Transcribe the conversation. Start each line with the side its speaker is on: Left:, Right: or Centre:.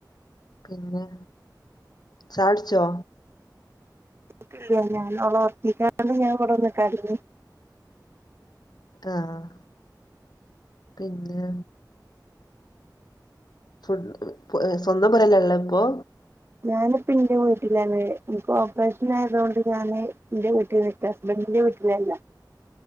Left: പിന്നെ ചായൊട്ച്ചോ?
Right: കുടിച്ചട്ടില്യ ഞാൻ ഒളെ ഒർകിക്കാണ്ട് ഞാൻ ഇവിടൊന്നു കേടന്ന്
Left: ആഹ് പിന്നെ ഫുഡ് ഏഹ് സ്വന്തം പോരേലല്ല ഇപ്പൊ
Right: ഞാനിപ്പ ഇന്റെ വീട്ടിലാണ്. ന്ക്ക് ഓപ്പറേഷൻ ആയതോണ്ട് ഞാന് ഇ ന്റെ വീട്ടിൽ നി ഇന്റെ ഹസ്ബന്റിന്റെ വീട്ടിലല്ല.